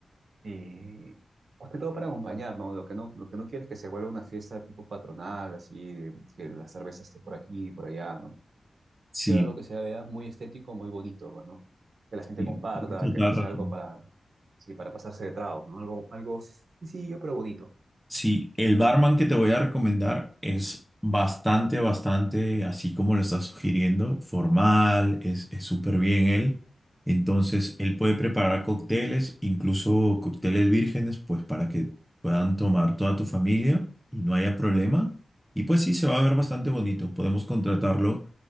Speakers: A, on the right; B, in the centre.
A: Y más que todo para acompañar, ¿no? Lo que no, lo que no quiero es que se vuelva una fiesta tipo patronal, así, de que la cerveza esté por aquí y por allá, ¿no?
B: Sí,
A: Quiero algo que se vea muy estético, muy bonito, bueno, que la gente
B: sí,
A: comparta,
B: tienes total
A: que no sea
B: razón.
A: algo para, sí, para pasarse de tragos, ¿no? Algo, algo sencillo, pero bonito.
B: Sí, el barman que te voy a recomendar es bastante, bastante, así como lo estás sugiriendo, formal, es es súper bien él. Entonces, él puede preparar cócteles, incluso cócteles vírgenes, pues para que puedan tomar toda tu familia y no haya problema. Y pues sí, se va a ver bastante bonito. Podemos contratarlo